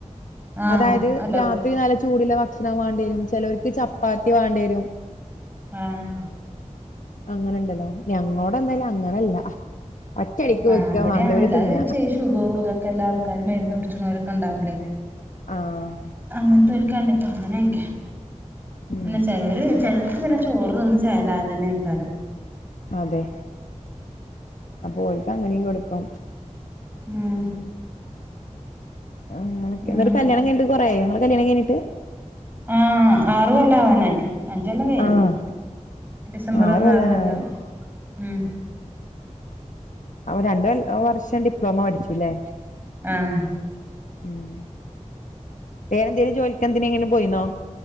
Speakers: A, on the right; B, on the left.
A: ആഹ്
B: അതായത്
A: അല്ല
B: രാത്രി നല്ല ചൂടുള്ള ഭക്ഷണം വേണ്ടി വരും ചിലവർക്ക് ചപ്പാത്തി വേണ്ടി വരും
A: ആഹ്
B: അങ്ങനെണ്ടല്ലോ ഞങ്ങോടെ എന്തായാലും അങ്ങനല്ല ഒറ്റടിക്ക്
A: ആഹ്
B: വെക്ക
A: ഇബടി
B: മാണ്ടവര്
A: അങ്ങനല്ല
B: തിന്ന
A: അത് ചെ ഷുഗറും ഇതൊക്കെ എല്ലാ ആൾക്കാരും മരുന്ന് കുടിച്ചണവരൊക്കെ ഉണ്ടാവൂലേ
B: ആഹ്
A: അങ്ങനത്തെ അങ്ങനെയൊക്കെ
B: ഉം
A: പിന്നെ ചിലവര് ചില പിന്നെ ചോറ് തിന്ന് ചേലായതന്നെ ആക്കാര
B: അതെ അപ്പൊ ഒരിക്ക അങ്ങനെയും കൊടുക്കും
A: ഉം
B: ആഹ്
A: അങ്ങനെ
B: എന്നിട്ട കല്യാണം കിഴിഞ്ഞിട്ട് കുറയായോ നിങ്ങള് കല്യാണം കഴിഞ്ഞിട്ട്
A: ആഹ് ആറു കോല്ലം ആവാനായി അഞ്ച് കോല്ലാം കഴിഞ്ഞു
B: ആഹ്
A: ഡിസംബർ
B: ആറ്
A: ഒന്ന്
B: കൊല്ലാനായി
A: ആറു കോല്ലം ഉം
B: അവ രണ്ട വർഷം ഡിപ്ലോമ പഠിച്ചുല്ലേ
A: ആഹ്
B: ഉം വേറെന്തെലും ജോലിക്ക എന്തിനെലും പോയിന്നോ